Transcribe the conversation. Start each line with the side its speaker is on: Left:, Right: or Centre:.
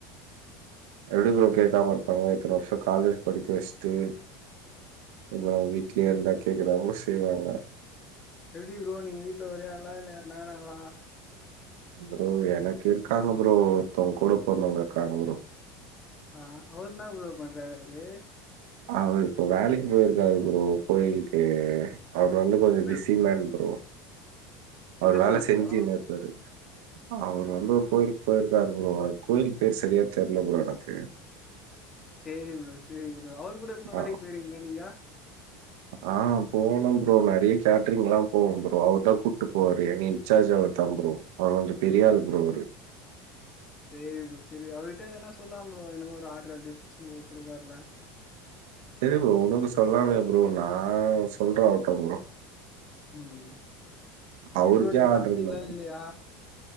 Right: எப்டி ப்ரோ கேட்காம இருப்பாங்க இத்தனை வருஷ காலேஜ் படிக்க வச்சுட்டு அப்றோ வீட்ல இருந்தா கேக்கதானே செய்வாங்க
Left: எப்டி ப்ரோ நீங்க வீட்டுல ஒரே ஆளா இல்ல யார் நா இருங்களா
Right: ப்ரோ எனக்கு இருக்காங்க ப்ரோ ஒத்தவங்க கூட போறந்தவங்க இருக்காங்க ப்ரோ
Left: ஆ அவரு என்ன ப்ரோ பண்றாறு
Right: அவரு இப்போ வேலேக்கு போயிருக்காரு ப்ரோ போயிட்டு அவர் வந்து கொஞ்சோ
Left: எந்த
Right: பிஸிமோன் ப்ரோ அவர்
Left: எந்த
Right: வேலை
Left: கோயில்
Right: செஞ்சினேருப்பாரு
Left: ப்ரோ
Right: அவரு வந்து ஒரு கோயிலுக்கு போயிருக்காரு ப்ரோ அது கோயிலுக்கு பேர் சரியா தெர்ல ப்ரோ எனக்கு
Left: சேரி ப்ரோ சேரி ப்ரோ அவரு கூட எப்பனா
Right: ஆ
Left: வேலைக்கு போயிருக்கிங்ளா நீங்க
Right: ஆ போனோ ப்ரோ நெறைய கேட்ரிங்லா போவோ ப்ரோ அவர்தா கூப்ட்டு போவாரு எங்க இன்சார்ஜ் அவர் தா ப்ரோ அவர் கொஞ்சோ பெரியாளு
Left: ம்
Right: ப்ரோ அவுரு
Left: சேரி ப்ரோ சேரி அவர்கிட்ட எதனா சொல்லா ப்ரோ எனக்கு ஒரு ஆட்ரு அப்டே புடிச்சு போ குடுப்பாருல
Right: செரி ப்ரோ உனக்கு சொல்லாமயா ப்ரோ நா சொல்றே அவர்ட்ட ப்ரோ
Left: ம் எப்டி
Right: அவருக்கே
Left: ப்ரோ நீங்க
Right: ஆர்டர்
Left: சாப்டிங்ளா
Right: இல்ல
Left: இல்லயா